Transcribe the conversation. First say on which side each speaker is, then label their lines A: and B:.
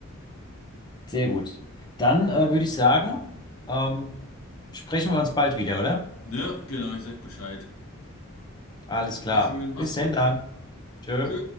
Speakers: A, on the left; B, on the left.
A: Sehr gut. Dann äh, würde ich sagen, ähm, sprechen wir uns bald wieder, oder?
B: Ne? Genau, ich sag Bescheid.
A: Alles klar.
B: War schön, mach's
A: Bis
B: gut.
A: denn dann. Tschö.
B: Tschö.